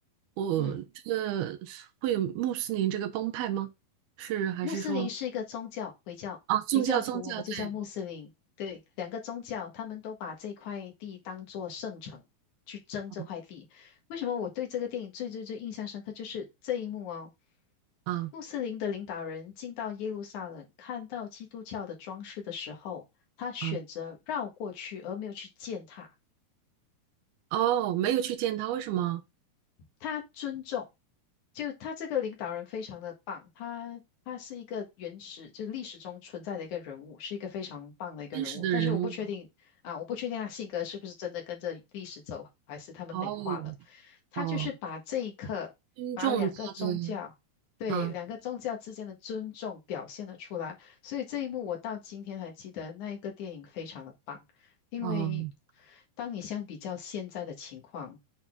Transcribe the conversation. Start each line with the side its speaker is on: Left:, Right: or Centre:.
Right: 我这个会有穆斯林这个帮派吗？
Left: 嗯，
Right: 是还是说
Left: 穆斯林是一个宗教，回教，
Right: 啊，宗教宗教对
Left: 回教徒我们就叫穆斯林。对，两个宗教，他们都把这块地当做圣城去争这块地。
Right: 帮
Left: 为什么我对这个电影最最最印象深刻，就是这一幕哦。
Right: 派啊
Left: 穆斯林的领导人进到耶路撒冷，看到基督教的装饰的时候，他选择绕过去，
Right: 啊
Left: 而没有去践踏。
Right: 哦，没有去见他，为什么？
Left: 他尊重，就他这个领导人非常的棒，他他是一个原始，就历史中存在的一个人物，是一个非常棒的一个人物。
Right: 真实的人物吗？
Left: 但是我不确定啊，我不确定他性格是不是真的跟着历史走，还是他们美化了。
Right: 哦
Left: 他就是把这一刻，
Right: 哦，尊重他的
Left: 把两个宗教，对，
Right: 啊
Left: 两个宗教之间的尊重表现了出来。所以这一幕我到今天还记得，那一个电影非常的棒。因为
Right: 啊
Left: 当你相比较现在的情况，